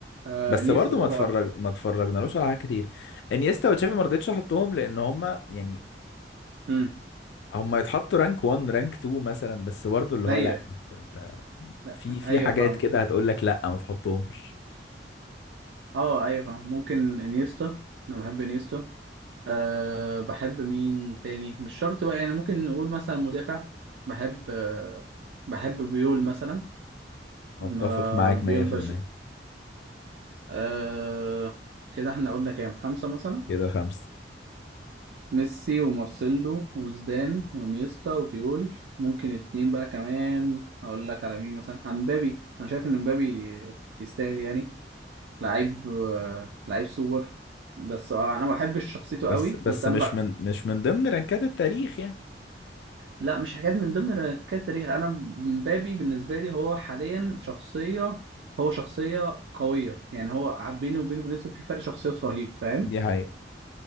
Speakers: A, on the right; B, on the left.
A: آه،
B: بس
A: انيستا
B: برضه
A: طبعا
B: ما اتفرج ما اتفرجنالوش على حاجات كتير انيستا وتشافي ما رضيتش احطهم لان هم يعني
A: امم
B: هم يتحطوا رانك 1 رانك 2 مثلا بس برضه اللي هو
A: ايوه
B: لا انت انت
A: لأ،
B: في في
A: ايوه
B: حاجات
A: فاهمك
B: كده هتقول لك لا ما تحطهمش
A: اه ايوه فاهم ممكن انيستا انا بحب انيستا أه بحب مين تاني مش شرط بقى يعني ممكن نقول مثلا مدافع بحب أه بحب بيول مثلا ما
B: اتفق معاك
A: بيول
B: 100%
A: بش... آه كده احنا قلنا كام خمسة مثلا
B: كده خمسة
A: ميسي ومارسيلو وزدان وانيستا وبيول ممكن اتنين بقى كمان اقول لك على مين مثلا عن مبابي انا شايف ان مبابي يستاهل يعني لعيب آه لعيب سوبر بس آه انا ما بحبش شخصيته
B: بس
A: قوي
B: بس
A: بس انا
B: مش
A: بقى
B: من مش من ضمن رانكات التاريخ يعني
A: لا مش حاجات من ضمن الحاجات التاريخ انا مبابي بالنسبة لي هو حاليا شخصية هو شخصية قوية يعني هو ع- بيني وبين فينيسيوس في فرق شخصيات رهيب فاهم
B: دي حقيقة